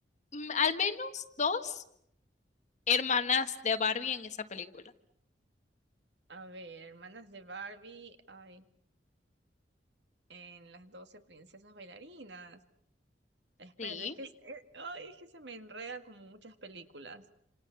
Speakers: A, on the left; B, on the right.
A: mm, al menos dos hermanas de Barbie en esa película.
B: A ver, hermanas de Barbie. Ay, en las 12 princesas bailarinas. Espera,
A: Sí.
B: es que, es- ay, es que se me enreda como muchas películas.